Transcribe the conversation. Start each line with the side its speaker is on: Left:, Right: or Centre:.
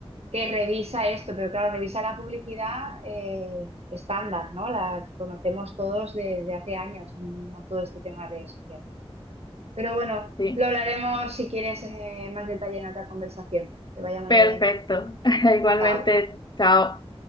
Right: que revisa esto, pero claro, revisa la publicidad eh, estándar, ¿no? La que conocemos todos desde hace años, no todo este tema de redes sociales. Pero bueno,
Left: sí.
Right: lo hablaremos si quieres eh, más detalle en otra conversación. Que vaya muy
Left: Perfecto.
Right: bien.
Left: <laughs> Igualmente,
Right: Chao.
Left: chao.